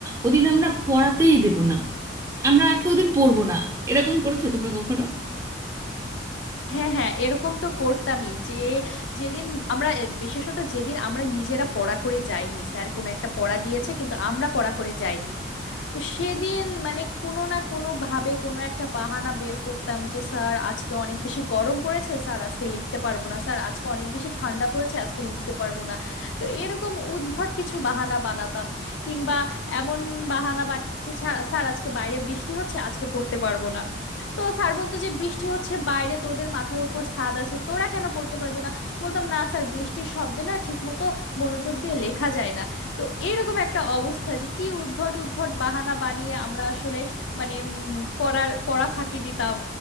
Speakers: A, on the right; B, on the left.
A: ওদিন আমরা পড়াতেই দেব না আমরা আর কি ওদিন পড়বো না এরকম করেছো তোমরা কখনো
B: হ্যাঁ হ্যাঁ এরকম তো করতামই যে যেদিন আমরা এ, বিশেষত যেদিন আমরা নিজেরা পড়া করে যাইনি স্যার কোনো একটা পড়া দিয়েছে কিন্তু আমরা পড়া করে যাইনি তো সেদিন মানে কোনো না কোনো ভাবে কোনো একটা বাহানা বের করতাম যে স্যার আজকে অনেক বেশি গরম পড়েছে স্যার আজকে লিখতে পারবো না স্যার আজকে অনেক বেশি ঠান্ডা পড়েছে আজকে লিখতে পারবো না তো এরকম উদ্ভট কিছু বাহানা বানাতাম কিংবা এমন বাহানা বানিয়েছি "ছাড়, স্যার আজকে বাইরে বৃষ্টি হচ্ছে আজকে পড়তে পারবো না তো স্যার বলতো যে বৃষ্টি হচ্ছে বাইরে তোদের মাথার উপর ছাদ আছে তোরা কেন পড়তে পারবি না বলতাম না স্যার বৃষ্টির শব্দে না ঠিক মতো মনোযোগ দিয়ে লেখা যায় না তো এইরকম একটা অবস্থা যে কি উদ্ভট উদ্ভট বাহানা বানিয়ে আমরা আসলে মানে উম, পড়ার পড়া ফাঁকি দিতাম